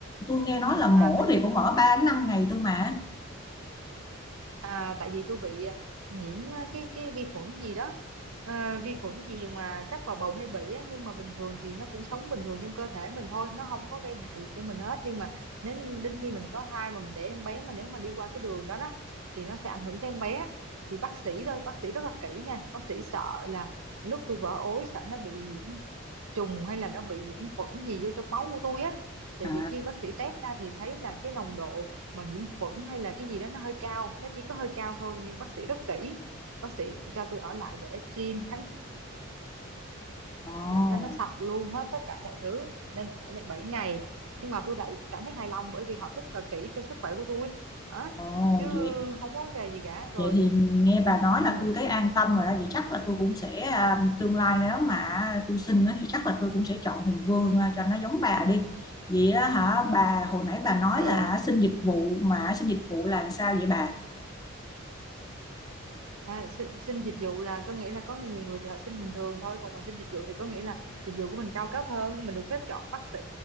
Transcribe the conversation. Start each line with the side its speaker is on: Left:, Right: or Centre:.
Left: Tôi nghe nói là mổ
Right: à tại
Left: thì
Right: vì
Left: cũng ở 3 đến 5 ngày thôi mà.
Right: À, tại vì tôi bị à, nhiễm à, cái cái vi khuẩn gì đó à, vi khuẩn gì mà các vào bầu hay bị á nhưng mà bình thường thì nó cũng sống bình thường trong cơ thể mình thôi nó không có gây hại gì cho mình hết nhưng mà nếu đến khi mình có thai mà mình để em bé mà nếu mà đi qua cái đường đó đó thì nó sẽ ảnh hưởng tới em bé thì bác sĩ thôi bác sĩ rất là kỹ nha bác sĩ sợ là lúc tôi vỡ ối sợ nó bị nhiễm trùng hay là nó bị nhiễm khuẩn gì vô trong máu của tôi á tại
Left: À,
Right: vì khi bác sĩ test ra thì thấy là cái nồng độ mà nhiễm khuẩn hay là cái gì đó nó hơi cao nó chỉ có hơi cao thôi nhưng bác sĩ rất kỹ bác sĩ cho tôi ở lại để tiêm kháng
Left: ồ,
Right: để cho nó sạch luôn hết tất cả mọi thứ nên ở lại bảy ngày nhưng mà tôi lại cảm thấy hài lòng bởi vì họ rất là kỹ cho sức khỏe của tôi á,
Left: ồ,
Right: chứ
Left: vậy,
Right: không có vấn đề gì cả rồi
Left: vậy thì nghe bà nói
Right: ừ
Left: là tôi thấy an tâm rồi đó. Vậy chắc là tôi cũng sẽ, à, tương lai nếu mà tôi sinh á, thì chắc là tôi cũng sẽ chọn Hùng Vương à, cho nó giống bà đi. Vậy á, hả, bà hồi nãy bà nói
Right: ừ
Left: là xin dịch vụ mà xin dịch vụ là sao vậy bà?
Right: À, xin, xin dịch vụ là có nghĩa là có nhiều người thì họ xin bình thường thôi còn mình xin dịch vụ thì có nghĩa là dịch vụ của mình cao cấp hơn mình được phép chọn bác sĩ